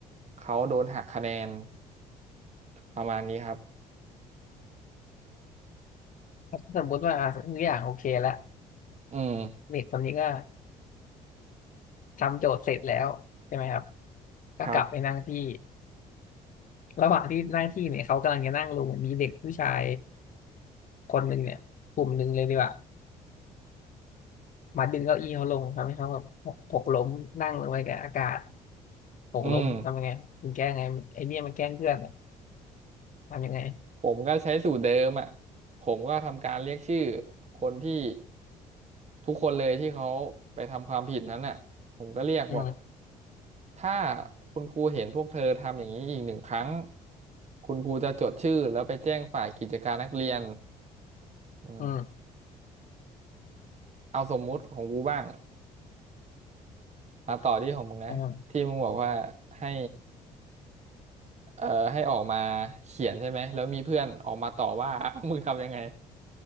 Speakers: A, on the right; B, on the left.
A: เขาโดนหักคะแนนประมาณนี้ครับ
B: ถ้าสมมติว่าอ่ะทุกอย่างโอเคละ
A: อืม
B: เด็กคนนี้ก็ทำโจทย์เสร็จแล้วใช่ไหมครับก็กลับไปนั่งที่
A: ครับ
B: ระหว่างที่นั่งที่เนี่ยเขากำลังจะนั่งลงมีเด็กผู้ชายคนหนึ่งเนี่ยกลุ่มหนึ่งเลยดีกว่ามาดึงเก้าอี้เขาลงทำให้เขาแบบหกหกล้มนั่งลงไปกับอากาศหกล้มทำยังไงมันแก้ไงมันไอเนี่ยมันแกล้งเพื่อนอะ
A: อืม
B: ทำยังไง
A: ผมก็ใช้สูตรเดิมอ่ะผมก็ทำการเรียกชื่อคนที่ทุกคนเลยที่เขาไปทำความผิดนั้นอ่ะผมก็เรียกบอก
B: อืม
A: ถ้าคุณครูเห็นพวกเธอทำอย่างนี้อีกหนึ่งครั้งคุณครูจะจดชื่อแล้วไปแจ้งฝ่ายกิจการนักเรียนอืม
B: อืม
A: เอาสมมุติของกูบ้างมาต่อที่ของมึงนะที่มึงบอกว่าให้
B: อืม
A: เอ่อให้ออกมาเขียนใช่ไหมแล้วมีเพื่อนออกมาต่อว่า <laughs> มึงทำยังไง